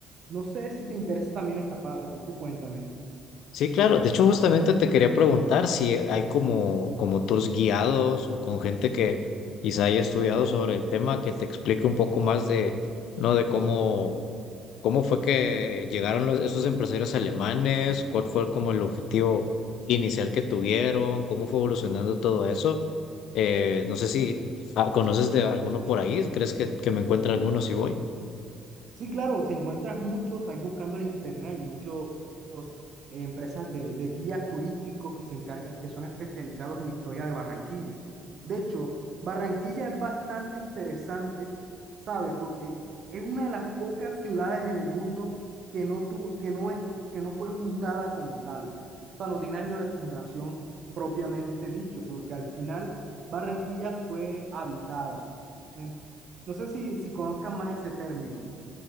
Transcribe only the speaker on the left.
Sí, claro. De hecho, justamente te quería preguntar si hay como, como tours guiados o con gente que quizá haya estudiado sobre el tema que te explique un poco más de, ¿no? De cómo, cómo fue que llegaron los- esos empresarios alemanes, cuál fue como el objetivo inicial que tuvieron, cómo fue evolucionando todo eso. Eh, no sé si ah, conoces de alguno por ahí, ¿crees que, que me encuentre alguno si voy?